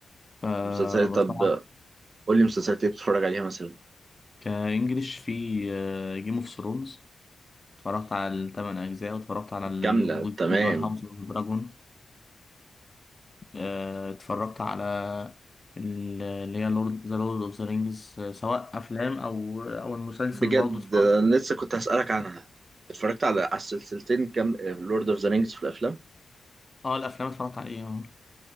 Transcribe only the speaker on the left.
فبتفرج
كإنجليش في جيم اوف ثرونز اتفرجت على الثمان أجزاء واتفرجت على الجزء
اللي هو هاوس اوف دراجون آه، اتفرجت على ال- اللي هي لورد ذا لورد اوف ذا رينجز سواء افلام او او المسلسل
برضه اتفرجت
اه الافلام اتفرجت عليها